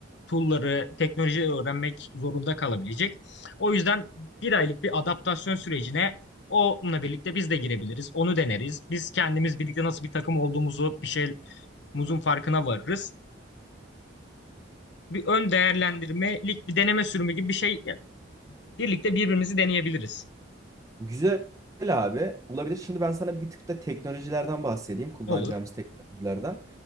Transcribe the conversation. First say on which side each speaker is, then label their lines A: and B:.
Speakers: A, on the left; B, on the right.
A: tool'ları, teknolojiyi öğrenmek zorunda kalabilecek. O yüzden bir aylık bir adaptasyon sürecine onunla birlikte biz de girebiliriz. Onu deneriz. Biz kendimiz birlikte nasıl bir takım olduğumuzu, bir şeyimizin farkına varırız. Bir ön değerlendirmelik bir deneme sürümü gibi bir şey yani birlikte birbirimizi deneyebiliriz.
B: Güzel abi. Olabilir. Şimdi ben sana bir tık da teknolojilerden bahsedeyim. Kullanacağımız
A: Olur.
B: teknolojilerden.